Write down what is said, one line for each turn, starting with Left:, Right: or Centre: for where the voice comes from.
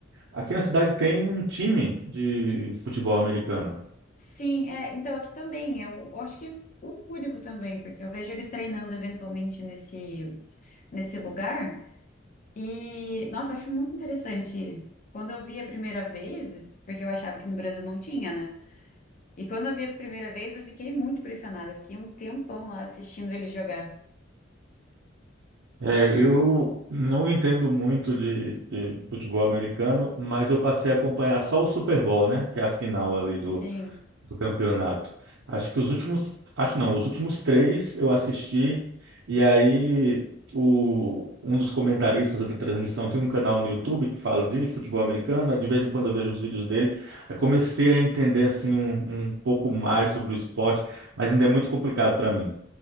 Right: aqui na cidade tem um time de futebol americano.
Left: sim, é, então aqui também, é o- eu acho que é o único também, porque eu vejo eles treinando eventualmente nesse, nesse lugar, e, nossa, eu acho muito interessante. Quando eu vi a primeira vez, porque eu achava que no Brasil não tinha, né? E quando eu vi a primeira vez, eu fiquei muito impressionada, fiquei um tempão lá assistindo eles jogar.
Right: É, eu não entendo muito de, de futebol americano, mas eu passei a acompanhar só o Super Bowl, né? Que é a final ali do,
Left: Sim.
Right: do campeonato. Acho que os últimos, acho não, os últimos três eu assisti, e aí o, um dos comentaristas da transmissão tem um canal no YouTube que fala de futebol americano, de vez em quando eu vejo uns vídeos dele, aí comecei a entender assim um, um pouco mais sobre o esporte, mas ainda é muito complicado para mim.